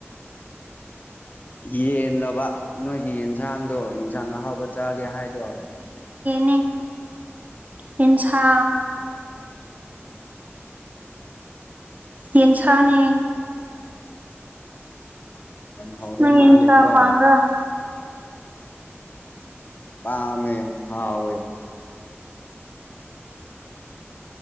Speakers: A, on the left; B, on the right.
A: ꯌꯦꯜꯂꯕ ꯅꯣꯏꯒꯤ ꯌꯦꯟꯁꯥꯡꯗꯣ ꯌꯦꯟꯁꯥꯡ ꯑꯍꯥꯎꯕ ꯆꯥꯒꯦ ꯍꯥꯏꯗꯣ
B: ꯅꯦ ꯍꯤꯡꯁꯥ ꯌꯦꯟꯁꯥꯅꯦ
A: ꯌꯥꯝ ꯍꯥꯎꯗꯧ
B: ꯅꯪ ꯌꯦꯟ
A: ꯃꯥꯜꯂꯦꯀꯣ
B: ꯁꯥ ꯄꯝꯕ꯭ꯔ
A: ꯄꯥꯝꯃꯦ ꯍꯥꯥꯎꯑꯦ